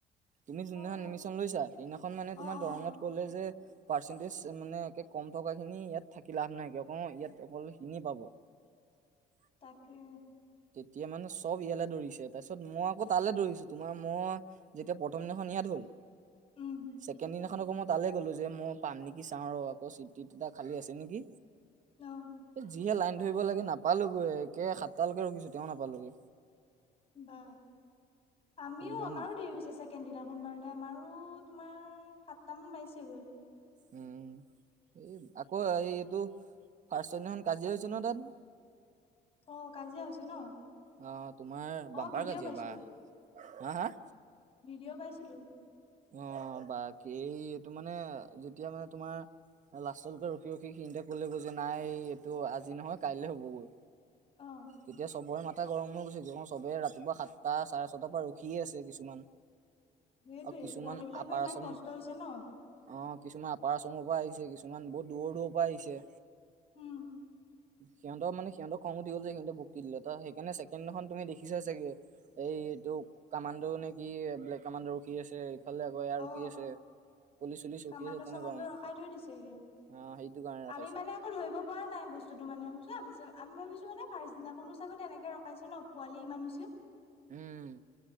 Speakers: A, on the right; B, on the left.
A: তুমি যোনদিনাখন
B: অ
A: এডমিশন লৈছা সেইদিনাখন মানে
B: অ
A: তোমাৰ
B: অ
A: দৰঙত কলে যে। পাৰ্চেন্টিজ মানে একে কম টকা খিনি ইয়াত থাকি লাভ নাই অক ইয়াত অকল কিনি পাব। <unintelligible>
B: তাকে।
A: তেতিয়া মানে চব ইয়ালৈ দৌৰিছে তাৰপিছত মই আকৌ তালৈ দৌৰিছো তোমাৰ মই যেতিয়া প্ৰথম দিনাখন ইয়াত হল।
B: উম
A: ছেকেণ্ড দিনাখন আকৌ মই তালৈ গ'লো যে মই পাম নেক। কি চাওঁ ৰ আকৌ চিটটা খালি আছে নেকি
B: অ
A: যিহে লাইন। ধৰিব লাগে নাপালোগৈ একে সাতটালৈকে ৰখিছো তেতিয়াও নাপালোগৈ।
B: বা আমিও
A: সেইদিনাখন
B: আমাৰো দেৰি হৈছে ছেকেণ্ড দিনাখন বাৰু। আমাৰো তোমাৰ সাতটামান বাগিছেগৈ।
A: উম। এই আকৌ এই এইটো ফাৰ্ষ্ট দিনাখন কাজিয়া হৈছে নহয় তাত।
B: অ কাজিয়া হৈছে ন।
A: আ তোমাৰ
B: অ
A: বাম্পাৰ
B: ভিডিঅ'
A: কাজিয়া
B: পাইছো
A: বা হা হা।
B: ভিডিঅ' পাইছিলো
A: অ বাকী এই এইটো মানে যেতিয়া মানে তোমাৰ। লাষ্টতকে ৰখি ৰখি সিহতে ক'লে গৈ যে নাই এইটো আজি নহয় কাইলে হ'বগৈ।
B: অ
A: তেতিয়া চবৰে মাথা গৰম হৈ গৈছে চবেই ৰাতিপুৱা সাতটা চাৰে ছটাৰ পৰা ৰখিয়ে আছে কিছুমান।
B: সেইটোয়ে
A: আৰু কিছুমান
B: পোৱালী বিলাকৰ
A: আপাৰচ
B: ইমান কষ্ট হৈছে ন
A: অ কিছুমান আপাৰ। মৰ পৰা আহিছে কিছুমান বহু দূৰ দূৰৰ পৰা আহিছে।
B: উম।
A: সিহঁত মানে সিহঁৰ খং উঠ গ'ল যে সিহঁত। পকি দিলেতা সেইকাৰনে ছেকেণ্ড দিনাখন তুমি দেখিছা ছাগে সেই এতো কামাণ্ড নে কি বিলেক। কামাণ্ডৰ ৰখি আছে ইফালে আকৌ ইয়া
B: অ
A: ৰখি আছে। পুলিচ চুলিচ
B: কামাণ্ড
A: ৰখি আছে তেনেকুৱা
B: চামাণ্ড
A: মানে
B: ৰখাই থৈ দিছেগে।
A: অ সেইটো কাৰণে ৰখাইছে
B: আমি মানে আকৌ ধৰিব পৰা নাই বস্তুতটো মানে আমি যে আমি ভাবিছো মানে ফাৰ্চদিনাখনো চাগে তেনেকে ৰখাইছে ন পোৱালি ইমান হৈছে
A: উম